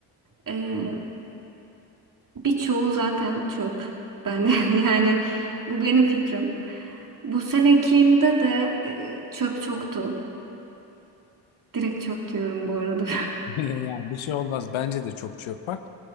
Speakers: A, on the right; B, on the left.
A: eee birçoğu zaten çöp. Ben <laughs> yani bu benim fikrim. Bu senekinde de eee, çöp çoktu. Direkt çöp diyorum bu arada.
B: <laughs> Ya bir şey olmaz bence de çok çöp var.